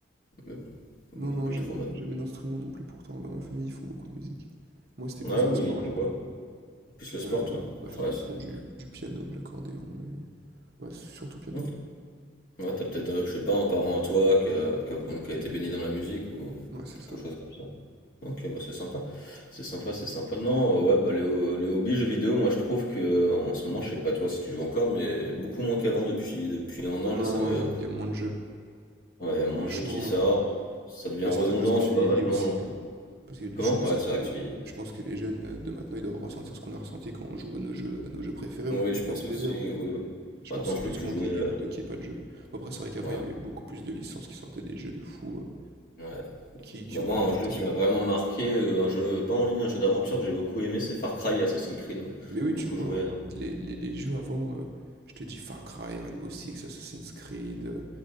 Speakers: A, on the left; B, on the right.
A: mais bon, Bah,
B: Non, non,
A: plus
B: jamais,
A: trop mal.
B: jamais d'instrument non plus. Pourtant, dans ma famille, ils font beaucoup de musique. Moi, c'était plus
A: Ah oui,
B: le sport,
A: ils font
B: du
A: quoi?
B: coup.
A: Plus le sport,
B: Euh, dans,
A: toi?
B: dans ma famille,
A: Ouais, c'est...
B: ils font du, du piano, de l'accordéon et. Bah, surtout piano.
A: Ok. Ouais, t'as peut-être, euh, je sais pas, un parent à toi qui a, qui a- bon, qui a été baigné dans la musique ou
B: Ouais, c'est
A: quelque
B: ça.
A: chose comme ça. Ok, bah c'est sympa. C'est sympa, c'est sympa. Non, euh, ouais, bah les, ho- les hobbies jeux vidéo, moi je trouve que euh, en ce moment, je sais pas toi si tu joues encore, mais beaucoup moins qu'avant depuis depuis un an
B: Non,
A: là, ça me
B: il y, a il y a moins de jeux.
A: ouais, y a moins
B: Franchement,
A: de jeux qui sortent,
B: euh,
A: ça devient
B: bah,
A: redondant,
B: c'est peut-être parce qu'on
A: tu
B: vieillit
A: vois maintenant.
B: aussi. hein. Parce que je
A: Comment?
B: pense
A: Ouais,
B: que,
A: c'est vrai que tu vieillis.
B: je pense que les jeunes euh, de maintenant, ils doivent ressentir ce qu'on a ressenti quand on joue à nos jeux, à nos jeux préférés.
A: Oui,
B: On peut
A: je
B: y
A: pense
B: passer
A: aussi.
B: des heures.
A: Oui.
B: Je
A: Maintenant,
B: pense que c'est
A: je
B: plus
A: peux plus
B: qu'on
A: jouer.
B: vieillit
A: euh,
B: plutôt qu'il n'y ait pas de jeu. Bon, après, c'est vrai qu'avant,
A: Ouais,
B: il y avait beaucoup plus de licences qui sortaient des jeux de fous. euh,
A: ouais.
B: qui, qui
A: Bah
B: ont
A: moi,
B: marqué
A: un
B: le
A: jeu
B: temps.
A: qui m'a vraiment marqué, euh, un jeu pas en ligne, un jeu d'aventure que j'ai beaucoup aimé, c'est Far Cry et Assassin's Creed.
B: Mais oui,
A: Beaucoup
B: tu vois,
A: joué.
B: regarde, les, les, les jeux avant, euh, je te dis Far Cry, Rainbow Six, Assassin's Creed, euh,